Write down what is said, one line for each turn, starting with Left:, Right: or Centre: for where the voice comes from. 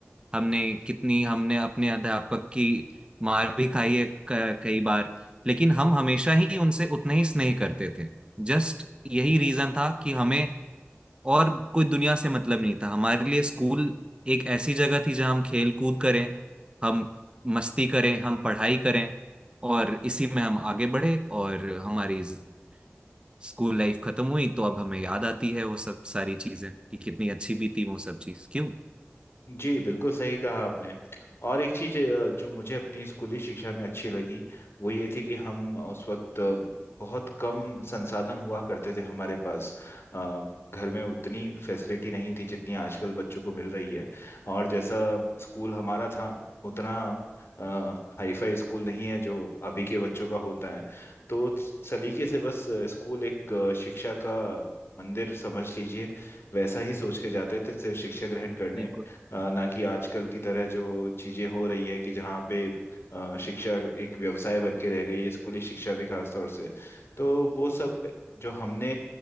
Right: हमने कितनी हमने अपने अध्यापक की मार भी खाई है क- कई बार लेकिन हम हमेशा ही उनसे उतना ही स्नेह करते थे जस्ट यही रीजन था कि हमें और कोई दुनिया से मतलब नहीं था हमारे लिए स्कूल एक ऐसी जगह थी जहां हम खेल कूद करें हम मस्ती करें हम पढ़ाई करें और इसी में हम आगे बढ़े और हमारी ज- स्कूल लाइफ खत्म हुई तो अब हमें याद आती है वो सब सारी चीजें कि कितनी अच्छी भी थी वो सब चीज क्यों
Left: जी बिल्कुल सही कहा आपने और एक चीज अ, जो मुझे अपनी स्कूली शिक्षा में अच्छी लगी वो ये थी कि हम उस वक्त अ, बहुत कम संसाधन हुआ करते थे हमारे पास अ, घर में उतनी फैसिलिटी नहीं थी जितनी आजकल बच्चों को मिल रही है और जैसा स्कूल हमारा था उतना हाईफाई स्कूल नहीं है जो अभी के बच्चों का होता है तो सलीके से बस अ, स्कूल एक अ, शिक्षा का मंदिर समझ लीजिए वैसा ही सोच के जाते थे सिर्फ शिक्षा ग्रहण करने
Right: बिल्कुल
Left: अ, ना कि आजकल की तरह जो चीजें हो रही है कि जहाँ पे अ, शिक्षा एक व्यवसाय बन के रह गई है स्कूली शिक्षा भी खास तौर से तो वो सब जो हमने